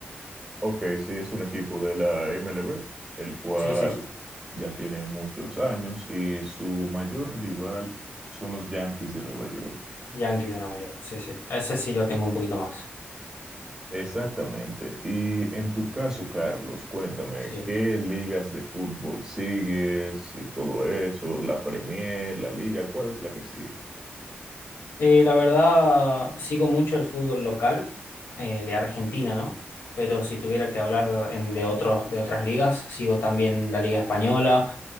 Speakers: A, on the right; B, on the left.
A: Ok, sí, es un equipo de la MLB, el cual
B: Sí, sí, sí.
A: ya tiene muchos años y su mayor rival son los Yankees de Nueva York.
B: Yankees de Nueva York. Sí, sí. Ese sí lo tengo un poquito más.
A: Exactamente. Y en tu caso, Carlos, cuéntame,
B: Sí.
A: ¿qué ligas de fútbol sigues y todo eso? ¿La Premier, la Liga? ¿Cuál es la que sigue?
B: Eh, la verdad, sigo mucho el fútbol local eh, de Argentina, ¿no? Pero si tuviera que hablar en- de otros, de otras ligas, sigo también la liga española,